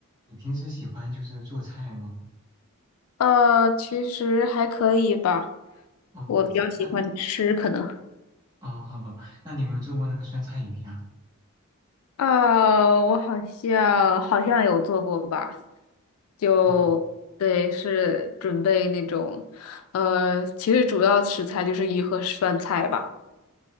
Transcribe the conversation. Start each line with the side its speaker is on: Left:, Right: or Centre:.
Right: 你平时喜欢就是做菜吗？
Left: 呃，其实还可以吧。
Right: 哦，
Left: 我比较喜欢吃，
Right: 那
Left: 可能
Right: 哦，好吧，那你有没有做过那个酸菜鱼呀？
Left: 啊，我好像好像有做过吧，就对，
Right: 哦，
Left: 是准备那种，呃，其实主要食材就是鱼和酸菜吧。